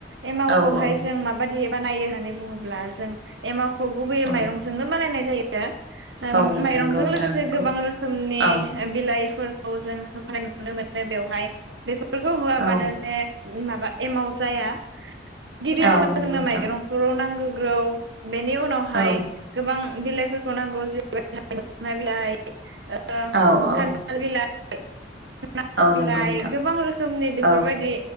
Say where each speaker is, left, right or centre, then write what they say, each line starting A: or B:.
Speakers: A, on the right; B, on the right.
A: एमावखौहाय
B: औ औ
A: जों माबादि बानायो होननानै बुङोब्ला जों एमाव खौ गुबैयै
B: औ
A: माइरंजोंनो बानायनाय जायो। उम
B: औ
A: माइरंजों
B: नंगौ नोंथां
A: लोगोसे
B: नंगौ
A: गोबां रोखोमनि
B: औ
A: बिलाइफोरखौ जों होफानाय नुनो मोनो बेवहाय। बेफोरखौ होआबानो
B: औ
A: जे माबा एमाव जाया। गिबियावनो
B: औ नंगौ
A: जोंनो
B: नोंथां
A: माइग्रंखौ नांगोगौ बेनि उनावहाय
B: औ
A: गोबां बिलाइफोरखौ नांगौ जेरैबाय <unintelligible> मोखना बिलाइ ओ
B: औ औ
A: खान्थाल बिलाइ आनारस
B: औ
A: बिलाइ
B: नंगौ नोंथां
A: गोबां रोखोमनि बेफोरबायदि
B: औ